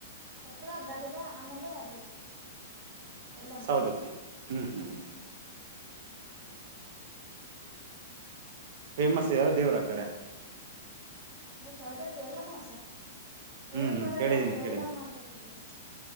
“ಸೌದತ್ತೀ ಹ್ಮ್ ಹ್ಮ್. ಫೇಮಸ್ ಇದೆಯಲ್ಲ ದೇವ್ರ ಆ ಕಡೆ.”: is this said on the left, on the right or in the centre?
Right